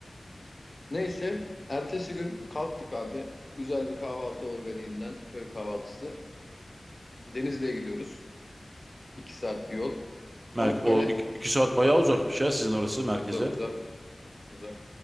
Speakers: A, on the left; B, on the right.
A: Neyse. Ertesi gün kalktık abi. Güzel bir kahvaltı organiğinden köy kahvaltısı. Denizli'ye gidiyoruz. 2 saat bir yol. Pamukkale
B: Mer o iki, iki saat bayağı uzakmış ya sizin orası merkeze.
A: Uzak uzak uzak.